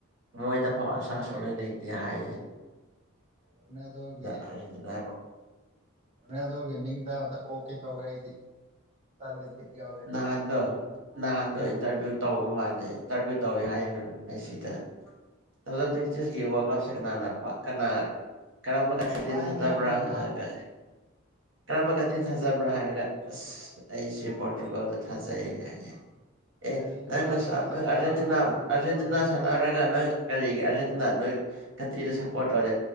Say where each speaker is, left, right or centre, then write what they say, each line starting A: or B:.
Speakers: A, on the right; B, on the right.
A: ꯃꯣꯏꯗ ꯐꯥꯎ
B: ꯔꯣꯅꯦꯜꯗꯣ
A: ꯑꯁꯥ ꯁꯃꯥꯏ ꯂꯩꯇ ꯍꯥꯏ
B: ꯔꯣꯅꯦꯜꯗꯣꯒꯤ
A: ꯑꯥꯔꯖꯦꯟꯇꯤꯅꯥꯕꯨ
B: ꯔꯣꯅꯦꯜꯗꯣꯒꯤ ꯃꯤꯡ ꯇꯥꯕꯗ ꯑꯣ ꯀꯦ ꯇꯧꯋꯦ ꯑꯩꯗꯤ ꯇꯜꯂꯦ ꯕꯤꯠ ꯌꯥꯎꯗꯦ
A: ꯅꯍꯥꯟꯗꯣ ꯅꯍꯥꯟꯗꯣ
B: ꯍꯟꯅꯨꯕ
A: ꯏꯟꯇꯔꯚꯤꯌꯨ
B: ꯑꯗꯨꯕꯨ
A: ꯇꯧꯕ ꯃꯥꯜꯂꯦ ꯏꯟꯇꯔꯚꯌꯨ ꯇꯧꯋꯤ ꯍꯥꯏꯅ ꯁꯤꯗ ꯇꯨ ꯊꯥꯎꯖꯟ ꯇ꯭ꯋꯦꯟꯇꯤ ꯁꯤꯛꯁ ꯋꯥꯔꯜ ꯀꯞꯁꯦ ꯀꯅꯥꯅ ꯀꯅꯥ ꯀꯔꯝꯕ ꯀꯟꯇ꯭ꯔꯤꯗ
B: ꯄꯥꯏꯅꯤ
A: ꯊꯥꯖꯕ꯭ꯔꯥ
B: ꯍꯥꯏꯕꯅꯦ
A: ꯍꯥꯏ
B: ꯃꯥ
A: ꯀꯔꯝꯕ ꯀꯟꯇ꯭ꯔꯤꯗ ꯊꯥꯖꯕ꯭ꯔꯥ ꯍꯥꯏꯔ ꯑꯁ ꯑꯩꯁꯦ ꯄꯣꯔꯇ꯭ꯔꯨꯒꯜꯗ ꯊꯥꯖꯩꯌꯦ ꯀ ꯑꯦ
B: ꯅꯔꯤꯟ
A: ꯅꯪ
B: ꯌꯥꯎꯗꯕ
A: ꯅꯪ ꯑꯦꯟ
B: ꯋꯥ ꯑꯉꯥꯡ ꯁꯉꯥꯡ
A: ꯑꯥꯔꯖꯦꯟꯇꯤꯅꯥ
B: ꯇꯧꯅꯨꯅꯦ
A: ꯁꯥꯟꯅꯔꯒ ꯅꯪ ꯀꯔꯤꯒꯤ ꯑꯥꯔꯖꯦꯟꯇꯤꯅꯥ ꯅꯣꯏ ꯀꯟꯇ꯭ꯔꯤꯗ ꯁꯞꯄꯣꯔꯠ ꯇꯧꯔꯦ